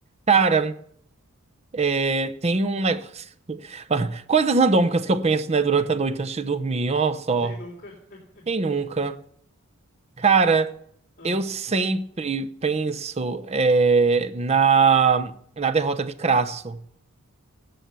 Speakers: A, on the right; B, on the left.
A: Cara, é, tem um negócio. <laughs> Coisas randômicas que eu penso, né, durante a noite antes de dormir. Ó, só.
B: Quem nunca? <laughs>
A: Quem nunca? Cara,
B: Ah.
A: eu sempre penso é, na, na derrota de Crasso.